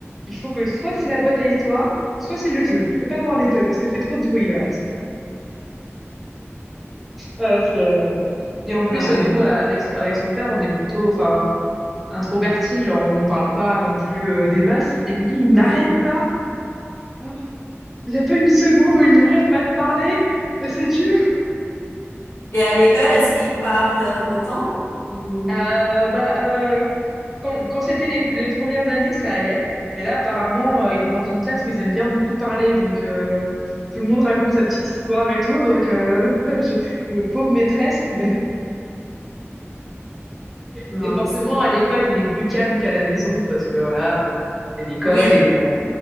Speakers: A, in the centre; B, on the left.
A: il faut que soit c'est la boîte à histoire, soit c'est le jeu. Tu peux pas avoir les deux parce qu'elle fait trop de bruit, là. <laughs> Ouais, c'est, euh, Et en
B: Ouais,
A: plus, euh, nous, euh, avec son, avec son père, on est plutôt enfin, introvertis. Genre, on parle pas non plus euh, des masses. Et lui, il
B: oui.
A: n'arrête pas. Oh, il n'y a pas une seconde où il n'arrête pas de parler. Et C'est dur.
B: Et à l'école, est-ce qu'ils parlent autant? ou-
A: Euh, bah, euh, Quand, quand c'était les, les premières années, ça allait. Mais là, apparemment, euh, il est dans une classe où ils aiment bien beaucoup parler. Donc, euh, tout le monde raconte sa petite histoire et tout. Donc, euh, <laughs> je, je- pauvre maîtresse. Mais,
B: Non,
A: mais forcément,
B: mais c'est bien.
A: à l'école, il est plus calme qu'à la maison parce que, voilà, c'est l'école.
B: Oui,
A: Et, euh,